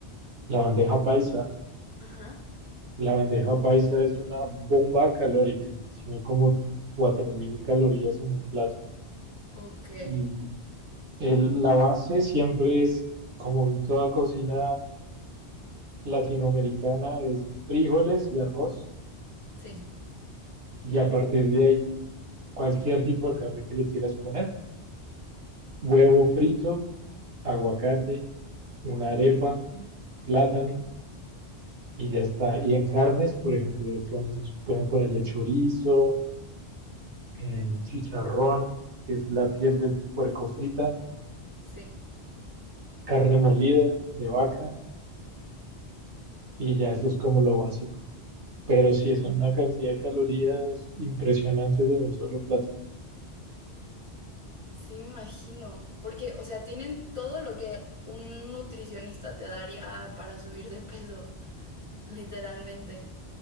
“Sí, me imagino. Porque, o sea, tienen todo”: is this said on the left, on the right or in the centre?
Right